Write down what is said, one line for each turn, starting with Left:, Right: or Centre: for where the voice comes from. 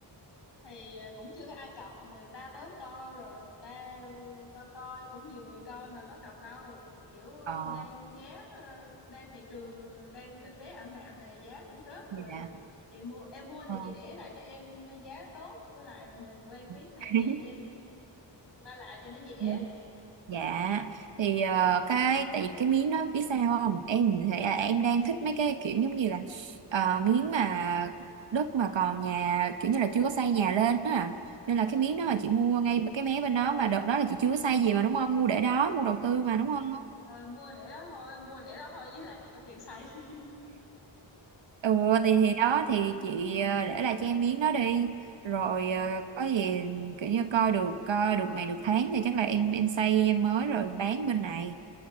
Left: thì cũng chưa có ai cọc người ta tới coi rồi người ta coi coi cũng nhiều người coi mà có cọc đâu. Kiểu
Right: Ờ,
Left: đang giá ờ, đang thị trường đang kinh tế ảm đạm này giá cũng rớt
Right: dạ.
Left: rồi. Chị mua em mua
Right: Ờ.
Left: thì chị để lại cho em giá tốt với lại mình quen biết
Right: <laughs>
Left: mà chị em qua lại cho nó dễ.
Right: À. Dạ thì ờ, cái tại vì cái miếng đó biết sao không em thì là em đang thích mấy cái kiểu giống như là ờ, miếng mà đất mà còn nhà kiểu như là chưa có xây nhà lên đó à. Nên là cái miếng đó mà chị mua ngay cái mé bên đó mà đợt đó là chị chưa có xây gì mà đúng không mua để đó mua đầu
Left: ừ.
Right: tư mà đúng không
Left: Ờ, mua để đó thôi mua để đó thôi chứ làm gì có tiền xây <laughs>
Right: ừ
Left: ừ,
Right: thì thì đó thì chị ờ, để lại cho em miếng đó đi rồi
Left: ừ,
Right: ờ, có gì kiểu như coi được coi được ngày được tháng thì chắc là em em xây em mới rồi bán bên này